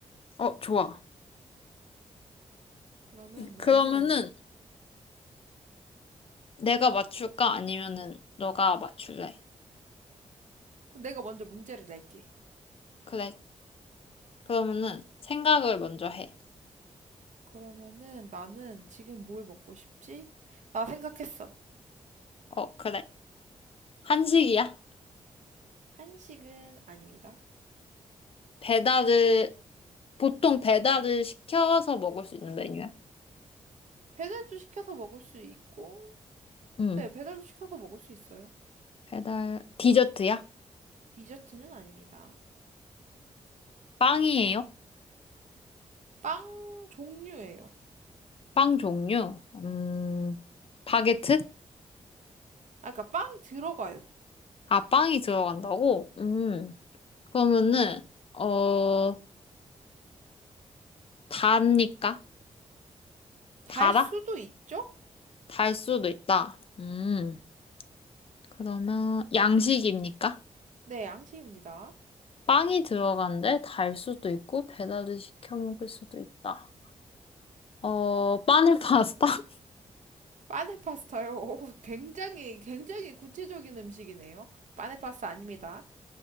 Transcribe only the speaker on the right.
그러면 나는
그럼 내가 먼저 문제를 낼게.
그러면은 나는 지금 뭘 먹고 싶지? 나 생각했어.
한식은 아닙니다.
배달도 시켜서 먹을 수 있고,
네, 배달도 시켜서 먹을 수 있어요.
디저트는 아닙니다.
빵 종류예요.
아, 그러니까 빵이 들어가요.
달
수도 있죠?
네, 양식입니다.
빠네 파스타요. <laughs> 오, 굉장히 굉장히 구체적인 음식이네요. 빠네 파스타 아닙니다.